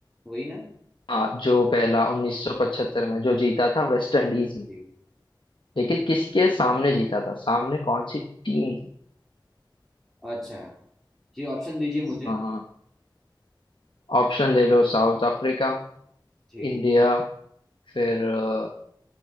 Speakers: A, in the centre; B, on the left.
A: वही ना
B: हाँ, जो पहला 1975 में जो जीता था वेस्ट इंडीज ने
A: जी
B: लेकिन किसके सामने जीता था सामने कौन सी टीम थी
A: अच्छा जी ऑप्शन दीजिए मुझे
B: हाँ ऑप्शन ले लो साउथ अफ्रीका
A: जी
B: इंडिया फिर अ,